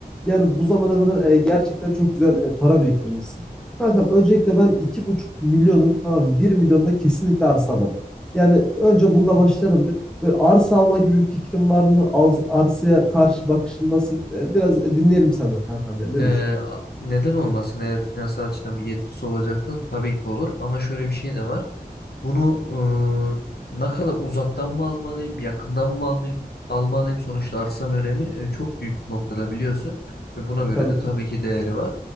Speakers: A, in the centre; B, on the left.
A: Yani bu zamana kadar e, gerçekten çok güzel e, para biriktirmişsin. Kankam öncelikle ben iki buçuk milyonun tamam bir milyonuna kesinlikle arsa alırdım. Yani önce
B: Hmm.
A: bununla başlayalım bir. Böyle arsa alma gibi bir fikrin var mı? Al- arsaya karşı bakışın nasıl? E, biraz dinleyelim senden kankam ya. Ne
B: Ee,
A: düşünüyorsun?
B: a- neden olmasın? Eğer finansal açıdan bir getirisi olacaksa tabii ki olur. Ama şöyle bir şey de var. Bunu e, ne kadar uzaktan mı almalıyım, yakından mı almalıyım, almalıyım? Sonuçta arsanın önemi e, çok büyük bu noktada biliyorsun. Ve buna göre
A: Tabii
B: de tabii
A: ki.
B: ki değeri var.